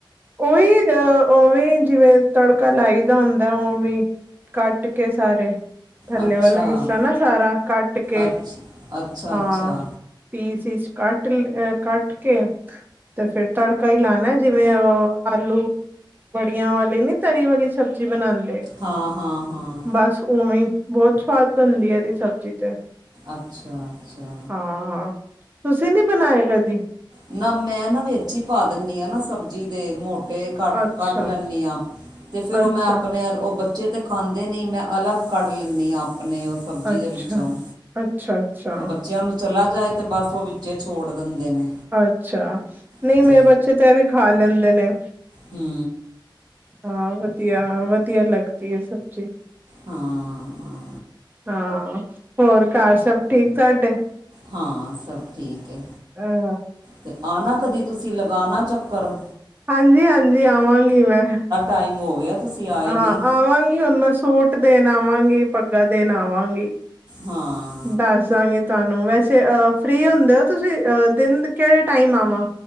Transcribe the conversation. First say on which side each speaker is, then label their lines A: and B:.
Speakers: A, on the right; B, on the right.
A: ਉਈ, ਅ ਉਵੇਂ ਈ ਜਿਵੇਂ ਤੜਕਾ ਲਾਈ ਦਾ ਹੁੰਦਾ ਉਵੇਂ ਈ। ਕੱਟ ਕੇ ਸਾਰੇ। ਥੱਲੇ
B: ਅੱਛਾ
A: ਵਾਲਾ ਹਿੱਸਾ ਨਾ ਸਾਰਾ ਕੱਟਕੇ,
B: ਅੱਛ ਅੱਛਾ
A: ਹਾਂ।
B: ਅੱਛਾ
A: ਪੀਸ-ਇਸ ਕੱਟ ਅ ਕੱਟਕੇ 'ਤੇ ਫੇਰ ਤੜਕਾ ਈ ਲਾਣਾ ਜਿਵੇਂ ਉਹ ਆਲੂ, ਵੜੀਆਂ ਵਾਲੀ ਨਈ, ਤਰੀ ਵਾਲੀ ਸਬਜ਼ੀ ਬਣਾਂਦੇ
B: ਹਾਂ-ਹਾਂ-ਹਾਂ
A: ਬਸ ਉਵੇਂ ਈ, ਬਹੁਤ ਸਵਾਦ ਬਣਦੀ ਇਹਦੀ ਸਬਜ਼ੀ ਤੇ
B: ਅੱਛਾ-ਅੱਛਾ।
A: ਹਾਂ-ਹਾਂ, ਤੁਸੀਂ ਨੀ ਬਣਾਇਆ ਕਦੀ?
B: ਨਾ ਮੈਂ ਨਾ ਵਿੱਚ ਈ, ਪਾ ਦਿੰਨੀ ਆ ਨਾ, ਸਬਜ਼ੀ ਦੇ ਮੋਟ ਤੇ ਕੱਟ-ਕੱਟ
A: ਅੱਛਾ
B: ਲੈਂਨੀ ਆ, 'ਤੇ ਫੇਰ
A: ਅੱਛਾ
B: ਉਹ ਮੈਂ ਆਪਣੇ ਉਹ ਬੱਚੇ ਤੇ ਖਾਂਦੇ ਨਈ, ਮੈਂ ਅਲੱਗ ਕੱਢ ਲੈਂਨੀ ਆ ਆਪਣੀ ਉਹ ਸਬਜ਼ੀ
A: ਅੱਛਾ
B: ਦੇ ਵਿੱਚੋਂ,
A: ਅੱਛਾ ਅੱਛਾ
B: ਬੱਚਿਆਂ ਨੂੰ ਚਲਾ ਜਾਏ 'ਤੇ, ਔ ਬਸ ਉਹ ਵਿੱਚੇ ਛੋੜ ਦਿੰਦੇ ਨੇ
A: ਅੱਛਾ, ਨਈ
B: ਅਤੇ
A: ਮੇਰੇ ਬੱਚੇ ਤਾਂ, ਐਵੀ ਖਾ ਲੈਂਦੇ ਨ
B: ਹੂੰ।
A: ਹਾਂ ਵਧੀਆ, ਵਧੀਆ ਲੱਗਦੀ ਏ ਸਬਜ਼ੀ
B: ਹਾਂ ਹਾਂ
A: ਹਾਂ, ਹੋਰ ਘਰ ਸਭ ਠੀਕ ਤਾਡੇ?
B: ਹਾਂ ਸਭ ਠੀਕ ਏ।
A: ਅ
B: 'ਤੇ ਆਣਾ ਤੁਸੀਂ, ਕਦੀ ਲਗਾਣਾ ਚੱਕਰ‌
A: ਹਾਂਜੀ-ਹਾਂਜੀ ਆਵਾਂਗੀ ਮੈਂ,
B: ਟਾਈਮ ਹੋ ਗਿਆ ਤੁਸੀਂ ਆਏ
A: ਹਾਂ
B: ਨਹੀਂ
A: ਅ ਆਵਾਂਗੀ ਹੁਣ ਮੈਂ, ਸੂਟ ਦੇਣ ਆਵਾਂਗੀ, ਪੱਗਾ ਦੇਣ ਆਵਾਂਗੀ
B: ਹਾਂ।
A: ਦੱਸ ਦਾਂਗੀ ਤੁਹਾਨੂੰ, ਵੈਸੇ ਅਹ ਫ੍ਰਰੀ ਹੁੰਦੇ ਓ ਤੁਸੀਂ, ਅ ਦਿਨ ਕਿਹੜੇ ਟਾਈਮ ਆਵਾ?